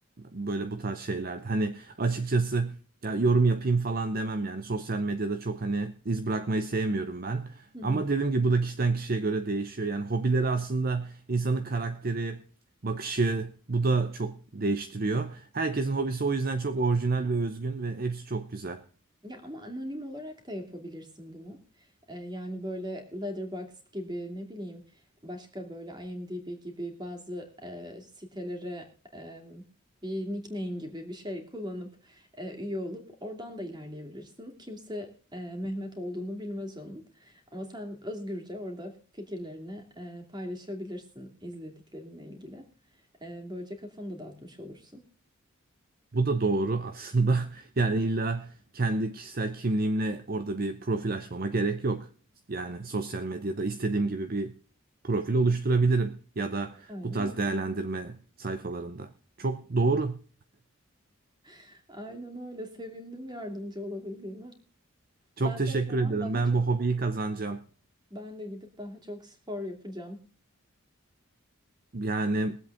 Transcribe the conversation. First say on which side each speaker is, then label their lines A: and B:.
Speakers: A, on the right (about 45°); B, on the right (about 20°).
A: böyle bu tarz şeylerde. Hani açıkçası ya yorum yapayım falan demem yani. Sosyal medyada çok hani iz bırakmayı sevmiyorum ben.
B: Hı hı.
A: Ama dediğim gibi bu da kişiden kişiye göre değişiyor. Yani hobileri aslında insanın karakteri, bakışı bu da çok değiştiriyor. Herkesin hobisi o yüzden çok orijinal ve özgün ve hepsi çok güzel.
B: Ya ama anonim olarak da yapabilirsin bunu. Ee, yani böyle Letterboxd gibi ne bileyim başka böyle IMDb gibi bazı e, sitelere e, bir nickname gibi bir şey kullanıp e, üye olup oradan da ilerleyebilirsin. Kimse e, Mehmet olduğunu bilmez onun. Ama sen özgürce orada fikirlerini e, paylaşabilirsin izlediklerinle ilgili. E, böylece kafanı da dağıtmış olursun.
A: Bu da doğru aslında. <laughs> Yani illa kendi kişisel kimliğimle orada bir profil açmama gerek yok. Yani sosyal medyada istediğim gibi bir profil oluşturabilirim ya da
B: Aynen
A: bu tarz
B: öyle.
A: değerlendirme sayfalarında. Çok doğru.
B: <laughs> Aynen öyle. Sevindim yardımcı olabildiğime.
A: Çok
B: Ben de
A: teşekkür
B: o zaman
A: ederim.
B: daha
A: Ben
B: çok
A: bu hobiyi kazanacağım.
B: ben de gidip daha çok spor yapacağım.
A: Yani